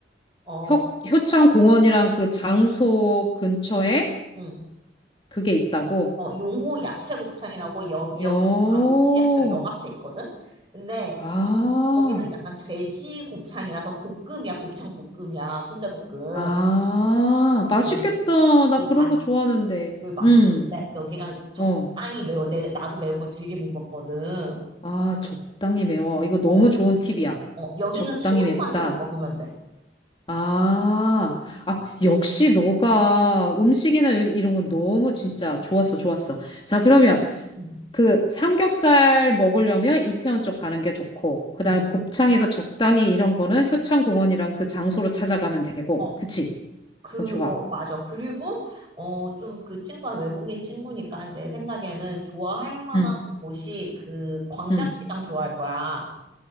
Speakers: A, on the right; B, on the left.
A: 어,
B: 효, 효창 공원이랑 그 장소 근처에
A: 응.
B: 그게 있다고?
A: 어, 용호 야채 곱창이라고 여, 여기
B: 요,
A: 바로 지하철역 앞에 있거든? 근데
B: 아,
A: 여기는 약간 돼지 곱창이라서 볶음이야, 곱창 볶음이야, 순대볶음.
B: 아,
A: 근데
B: 맛있겠다.
A: 여기
B: 나
A: 여기
B: 그런
A: 맛있어.
B: 거 좋아하는데.
A: 여기 맛있는데
B: 음,
A: 여기가 적당히
B: 어,
A: 매워. 내 나도 매운 걸 되게 못 먹거든.
B: 아, 적당히 매워. 이거 너무
A: 어,
B: 좋은 팁이야.
A: 어 여기는
B: 적당히
A: 추는
B: 맵다.
A: 맛으로 먹으면 돼.
B: 아, 아, 역시 너가 음식이나 요리 이런 거 너무 진짜 좋았어, 좋았어. 자, 그러면
A: 응,
B: 그 삼겹살 먹으려면 이태원 쪽 가는 게 좋고, 그 다음에
A: 응.
B: 곱창에서 적당히 이런 거는 효창공원이랑 그 장소로 찾아가면 되고,
A: 어,
B: 그치?
A: 그,
B: 어, 좋아.
A: 어, 맞아. 그리고 어, 좀 그 친구가 외국인 친구니까 내 생각에는 좋아할 만한
B: 응,
A: 곳이 그 광장시장
B: 응.
A: 좋아할 거야.